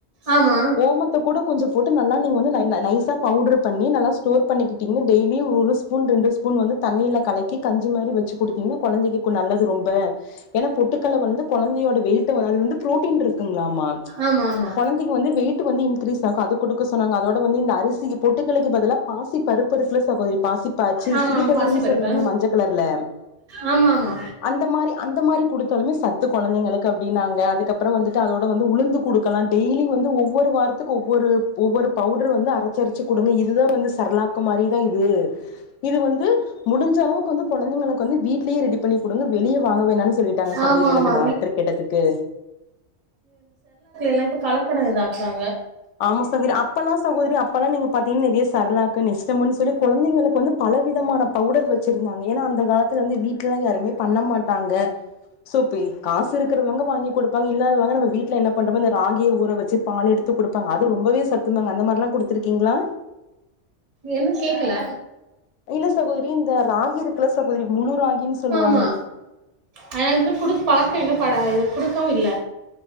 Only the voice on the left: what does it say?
ஓமத்த கூட கொஞ்ச போட்டு நல்லா நீங்க வந்து ந ந நைசா பவுட்ரு பண்ணி நல்லா ஸ்டோர் பண்ணிக்கிட்டீங்னா டெய்லி நி ஒரு ஸ்பூன் ரெண்டு ஸ்பூன் வந்து தண்ணியில கலக்கி கஞ்சி மாரி வச்சு குடுத்தீங்ன்னா கொழந்தைக்கு நல்லது ரொம்ப ஏன்னா பொட்டுக்கல்ல வந்து கொழந்தையோட வெயிட்ட வந்து ப்ரோடீன் இருக்குங்ளாமா ச்
கொழந்தைக்கு வந்து வெயிட்டு வந்து இன்கிரீஸ் ஆகு அது குடுக்க சொன்னாங்க அதோட வந்து இந்த அரிசி பொட்டுக்கல்லைக்கு பதிலா பாசி பருப்பு இருக்குல சகோதரி பாசிப்பாச்சு
சிறுபயிருன்னு
சொல்லுவாங்கள மஞ்ச கலர்ல
அந்த மாரி அந்த மாரி குடுத்தாலுமே சத்து கொழந்தைங்களுக்கு அப்டின்னாங்க அதுக்கப்புறோம் வந்துட்டு அதோட வந்து உளுந்து குடுக்கலாம் டெய்லி வந்து ஒவ்வொரு வாரத்துக்கு ஒவ்வொரு ஒவ்வொரு பவுடர் வந்து அரச்சரச்சு குடுங்க இதுதா வந்து சரலாக்கு மாரி தா இது இது வந்து முடிஞ்சளவுக்கு வந்து கொழந்தைங்களுக்கு வந்து வீட்லேயே ரெடி பண்ணி குடுங்க வெளிய வாங்க வேணாணு சொல்லிட்டாங்க சகோதரி
எனக்கு
டாக்டர் கேட்டதுக்கு
ஆமா சகோதரி அப்பெல்லா சகோதரி அப்பெல்லா நீங்க பாத்தீங்கன்னா நெறைய சரலாக்கு நிஷ்டம்ன்னு சொல்லி குழந்தைங்களுக்கு வந்து பா பல விதமான பவுடர் வச்சிருந்தாங்க ஏன்னா அந்த காலத்துல வந்து வீட்லலா யாருமே பண்ண மாட்டாங்க சோபி காசு இருக்கறவங்க வாங்கி கொடுப்பாங்க இல்லாதவங்க நம்ம வீட்ல என்ன பண்றோமோ இந்த ராகி ஊர வச்சு பால் எடுத் து குடுப்பாங்க அது ரொம்பவே சத்து தாங்க அந்த மாரில்லா குடுத்துருக்கீங்ளா
இல்ல சகோதரி இந்த ராகி இருக்குல்ல சகோதரி முழு ராகின்னு சொல்லுவா